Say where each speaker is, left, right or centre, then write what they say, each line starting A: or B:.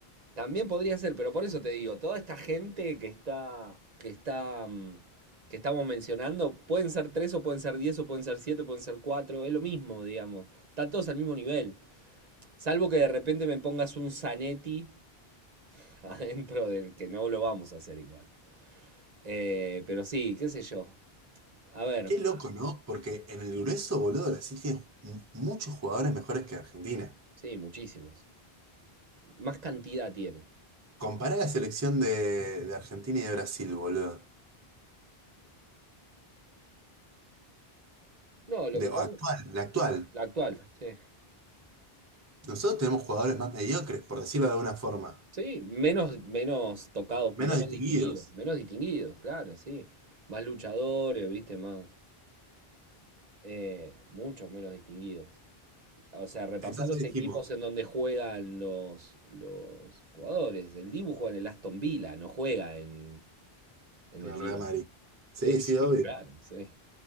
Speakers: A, on the right; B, on the right.
A: También podría ser, pero por eso te digo, toda esta gente que está, que está, mm, que estamos mencionando, pueden ser tres o pueden ser diez o pueden ser siete, pueden ser cuatro, es lo mismo, digamos. Están todos al mismo nivel. Salvo que de repente me pongas un Zanetti <laughs> adentro del que no lo vamos a hacer igual. Eh, pero sí, qué sé yo. A ver,
B: Qué loco, ¿no? Porque en el grueso, boludo, Brasil tiene mu- muchos jugadores mejores que Argentina.
A: sí, muchísimos. Más cantidad tiene.
B: Compará la selección de, de Argentina y de Brasil, boludo.
A: No, lo
B: De,
A: que
B: o
A: pongo,
B: actual, la actual.
A: la actual, sí.
B: Nosotros tenemos jugadores más mediocres, por decirlo de alguna forma.
A: Sí, menos, menos tocado,
B: Menos
A: menos
B: distinguidos.
A: distinguido, menos distinguido, claro, sí. Más luchadores, viste, más, eh, muchos menos distinguidos. O sea, repasar
B: Entonces
A: los
B: dijimos,
A: equipos en donde juegan los, los jugadores. El Dibu juega en el Aston Villa, no juega en, en
B: en
A: el
B: el
A: Liverpool.
B: Real Madrid.
A: Sí,
B: Sí,
A: <laughs>
B: sí,
A: sí,
B: obvio.
A: claro, sí.